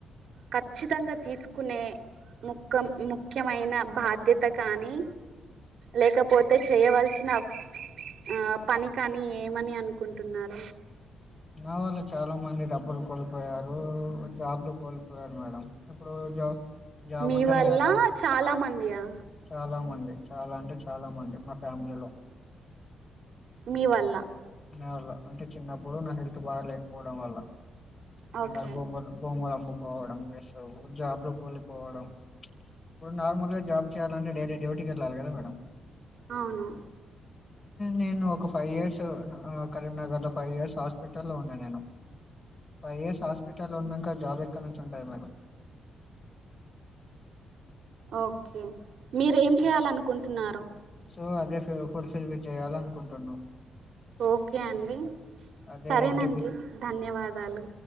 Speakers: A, on the right (about 65°); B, on the left (about 30°).
A: ఖచ్చితంగా తీసుకునే ముఖం ముఖ్యమైన బాధ్యత కానీ లేకపోతే చేయవలసిన ఆ పని కానీ ఏమని అనుకుంటున్నారు
B: నా వల్ల చాలా మంది డబ్బులు కోల్పోయారు జాబ్ లు కోల్పోయారు మేడం ఇప్పుడు జాబ్ జాబ్
A: మీ
B: ఉంటేనే
A: వల్ల
B: కదా! డబ్
A: చాలా మంది యా
B: చాలా మంది చాలా అంటే చాలా మంది మా ఫ్యామిలీలో
A: మీ వల్ల
B: నా వల్ల అంటే చిన్నప్పుడు నా హెల్త్ బాగాలేకపోవడం వల్ల అంద
A: ఓకే
B: బ బోమ్మూ అమ్ పోవడం ప్లస్ జాబ్ లు కోలిపోవడం ఇప్పుడు నార్మల్ గా జాబ్ చేయాలంటే డైలీ డ్యూటీకి వెళ్ళాలి కదా మేడం
A: అవును
B: నేను ఒక ఫైవ్ ఇయర్స్ కరీంనగర్ లో ఫైవ్ ఇయర్స్ హాస్పిటల్లో ఉన్నాను నేను ఫైవ్ ఇయర్స్ హాస్పిటల్లో ఉన్నాక జాబ్ ఎక్కడ నుంచి ఉంటుంది మేడం
A: ఓకే మీరెమ్
B: సో
A: చేయాలనుకుంటున్నారు
B: సో అదే ఫుల్ ఫిల్ చేయాల అనుకుంటున్నాం
A: ఓకే అండి
B: అదే
A: సరేనండి
B: ఎన్‌టిపి
A: ధన్యవాదాలు